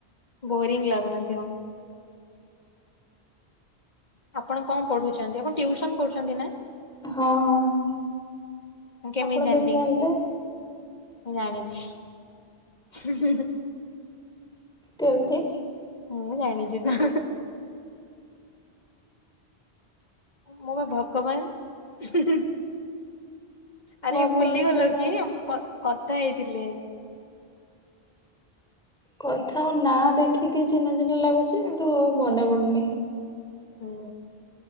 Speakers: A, on the left; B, in the centre.
A: ବୋରିଂ ଲାଗୁନଥିବ। ଆପଣ କଣ ପଢୁଛନ୍ତି ଆପଣ ଟିୟୁସନ୍ କରୁଛନ୍ତି ନା?
B: ହଁ
A: ମୁଁ କେମିତି
B: ଆପଣ
A: ଜାଣିଲି?
B: ଜାଣିଲେ?
A: ମୁଁ ଜାଣିଛି, ହୁଁ ହୁଁ ହୁଁ
B: କେମ୍ତି?
A: ମୁଁ ଜାଣିଛି ତ ହଁ ହଁ ମୁଁ ବା ଭଗବାନ ହୁଁ ହୁଁ ହୁଁ ଆରେ
B: ମୁଁ ଆପଣଙ୍କ
A: ଭୁଲି ଗଲ
B: ସାଙ୍ଗରେ
A: କି ମୁଁ କ କଥା ହେଇଥିଲେ।
B: କଥା ଆଉ ନାଁ ଦେଖିକି ଚିହ୍ନା ଚିହ୍ନା ଲାଗୁଛି କିନ୍ତୁ ମନେ ପଡୁନି।
A: ହୁଁ